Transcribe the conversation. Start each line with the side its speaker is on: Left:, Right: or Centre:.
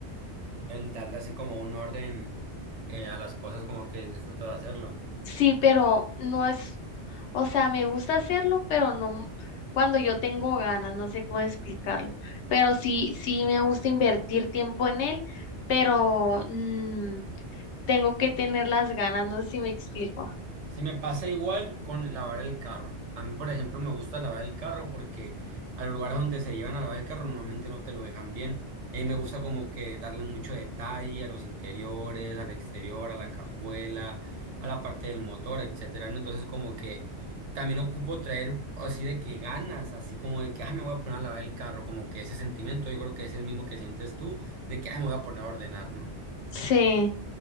Right: el darle así como un orden eh, a las cosas como que disfruto de hacerlo.
Left: Sí, pero no es O sea, me gusta hacerlo, pero no cuando yo tengo ganas, no sé cómo explicarlo. Pero sí, sí me gusta invertir tiempo en él, pero mm, tengo que tener las ganas, no sé si me explico.
Right: Si me pasa igual con lavar el carro. A mí, por ejemplo, me gusta lavar el carro porque a los lugares donde se llevan a lavar el carro normalmente no te lo dejan bien. Y a mí me gusta como que darle mucho detalle a los interiores, al exterior, a la cajuela, a la parte del motor, etcétera, ¿no? Entonces como que también ocupo traer así de que ganas, así como de que, ah, me voy a poner a lavar el carro, como que ese sentimiento yo creo que es el mismo que sientes tú, de que, ah, me voy a poner a ordenar, ¿no?
Left: Sí.